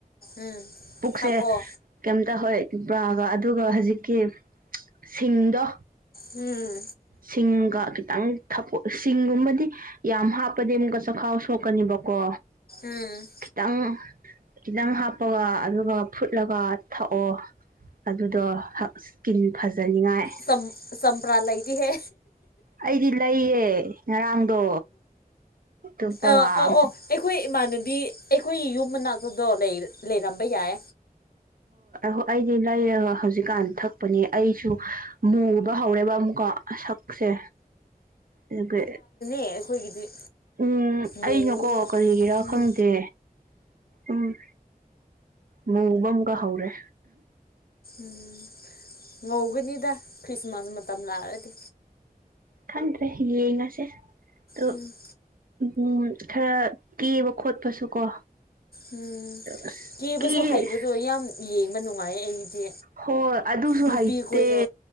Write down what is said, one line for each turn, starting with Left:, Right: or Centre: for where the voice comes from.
Left: ꯎꯝ
Right: ꯄꯨꯛꯁꯦ
Left: ꯊꯥꯛꯑꯣ
Right: ꯀꯩꯝꯇ ꯍꯣꯏ ꯆꯝꯄ꯭ꯔꯥꯒ ꯑꯗꯨꯒ ꯍꯧꯖꯤꯛꯀꯤ ꯁꯤꯡꯗꯣ
Left: ꯎꯝ
Right: ꯁꯤꯡꯒ ꯈꯤꯇꯪ ꯊ ꯁꯤꯡꯒꯨꯝꯕꯗꯤ ꯌꯥꯝ ꯍꯥꯞꯄꯗꯤ ꯑꯃꯨꯛꯀ ꯆꯈꯥꯎ ꯁꯣꯛꯀꯅꯤꯕꯀꯣ
Left: ꯎꯝ
Right: ꯈꯤꯇꯪ ꯈꯤꯇꯪ ꯍꯥꯞꯄꯒ ꯑꯗꯨꯒ ꯐꯨꯠꯂꯒ ꯊꯛꯑꯣ ꯑꯗꯨꯗꯣ ꯏꯁꯀꯤꯟ ꯐꯖꯅꯤꯡꯉꯥꯏ
Left: ꯆꯝ ꯆꯝꯄ꯭ꯔꯥ ꯂꯩꯗꯤꯍꯦ
Right: ꯑꯩꯗꯤ ꯂꯩꯌꯦ ꯉꯔꯥꯡꯗꯣ ꯑꯗꯨ ꯄꯋꯥ
Left: ꯑꯧ ꯑꯧ ꯑꯩꯈꯣꯏ ꯏꯃꯥꯟꯅꯕꯤ ꯑꯩꯈꯣꯏꯒꯤ ꯌꯨꯝ ꯃꯅꯥꯛꯇꯨꯗꯣ ꯂꯩꯔꯝꯕ ꯌꯥꯏ
Right: ꯍꯣꯏ ꯑꯩꯗꯤ ꯂꯩꯔꯒ ꯍꯧꯖꯤꯛꯀꯥꯟ ꯊꯛꯄꯅꯦ ꯑꯩꯁꯨ ꯃꯨꯕ ꯍꯧꯔꯦꯕ ꯀꯣ ꯁꯛꯁꯦ ꯑꯗꯨꯒ
Left: ꯑꯦ ꯑꯩꯈꯣꯏꯒꯤꯗꯤ
Right: ꯎꯝ ꯑꯩꯅꯀꯣ
Left: ꯃꯨꯔꯒ
Right: ꯀꯔꯤꯒꯤꯔꯥ
Left: ꯎꯝ
Right: ꯈꯪꯗꯦ ꯎꯝ ꯃꯨꯕ ꯑꯃꯒ ꯍꯧꯔꯦ
Left: ꯎꯝ ꯉꯧꯒꯅꯤꯗ ꯈ꯭ꯔꯤꯁꯃꯥꯁ ꯃꯇꯝ ꯂꯥꯛꯑꯗꯤ
Right: ꯈꯪꯗ꯭ꯔꯦ ꯌꯦꯡꯉꯁꯦ ꯑꯣ
Left: ꯎꯝ
Right: ꯎꯝ ꯈꯔ ꯀꯦꯕ ꯈꯣꯠꯄꯁꯨ ꯀꯣ
Left: ꯎꯝ
Right: ꯑꯁ
Left: ꯀꯦꯕꯁꯨ
Right: ꯀꯦ
Left: ꯍꯩꯕꯗꯣ ꯌꯥꯝ ꯌꯦꯡꯕ ꯅꯨꯡꯉꯥꯏꯌꯦ ꯑꯩꯗꯤ
Right: ꯍꯣꯏ ꯑꯗꯨꯁꯨ
Left: ꯅꯨꯄꯤꯈꯣꯏꯗꯣ
Right: ꯍꯩꯇꯦ